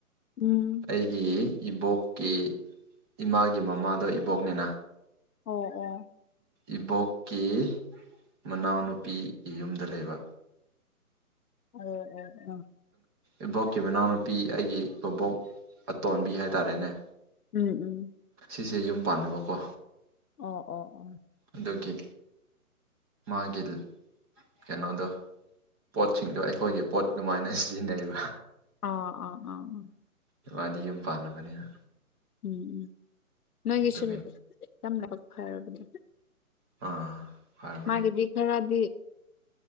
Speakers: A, on the left (about 80°); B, on the right (about 15°).
A: ꯎꯝ
B: ꯑꯩꯒꯤ ꯏꯕꯣꯛꯀꯤ ꯏꯃꯥꯒꯤ ꯃꯃꯥꯗꯣ ꯏꯕꯣꯛꯅꯤꯅ
A: ꯑꯣ ꯑꯣ
B: ꯏꯕꯣꯛꯀꯤ ꯃꯅꯥꯎꯅꯨꯄꯤꯒꯤ ꯌꯨꯝꯗ ꯂꯩꯕ
A: ꯑ ꯑ
B: ꯏꯕꯣꯛꯀꯤ ꯃꯅꯥꯎꯅꯨꯄꯤ ꯑꯩꯒꯤ ꯕꯕꯣꯛ ꯑꯇꯣꯟꯕꯤ ꯍꯥꯏꯇꯥꯔꯦꯅꯦ
A: ꯎꯝ ꯎꯝ
B: ꯁꯤꯁꯦ ꯌꯨꯝ ꯄꯥꯟꯅꯕꯀꯣ
A: ꯑꯣ ꯑꯣ ꯑꯣ
B: ꯑꯗꯨꯒꯤ ꯃꯥꯒꯤ ꯀꯩꯅꯣꯗꯣ ꯄꯣꯠꯁꯤꯡꯗꯣ ꯑꯩꯈꯣꯏꯒꯤ ꯄꯣꯠ ꯑꯗꯨꯃꯥꯏꯅ ꯁꯤꯖꯤꯟꯅꯩꯔꯤꯕ
A: ꯑꯥ-ꯑꯥ-ꯑꯥ
B: ꯏꯃꯥꯗꯤ ꯌꯨꯝ ꯄꯥꯟꯂꯕꯅꯤꯅ
A: ꯎꯝ ꯎꯝ ꯅꯣꯏꯒꯤꯁꯨ
B: ꯑꯗꯨꯒꯤ
A: ꯌꯥꯝ ꯂꯥꯏꯕꯛ ꯐꯔꯥꯕꯅꯦ
B: ꯑꯥ ꯍꯥꯏꯕꯅꯦ
A: ꯃꯥꯒꯤꯗꯤ ꯈꯔꯗꯤ